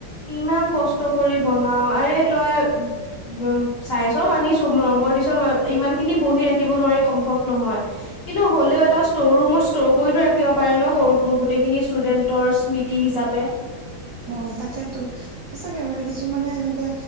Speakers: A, on the left (about 50°); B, on the right (about 75°).
A: ইমান কষ্ট কৰি বনাওঁ আৰে তই উম' চাইচ মানিছো নম্বৰ দিচ, ইমান খিনি বহি ৰাখিব নোৱাৰি সম্ভৱ নহয়। কিন্তু হ'লেও এটা ষ্ট' ৰুমত ষ্ট'ৰ কৰিতো ৰাখিব পাৰে ন'। সৰু গোটেইখিনি ষ্টুডেন্টৰ ইছ তি হিচাপে।
B: অ', তাকেতো, সচাগে মানে কিছুমানে এনেকে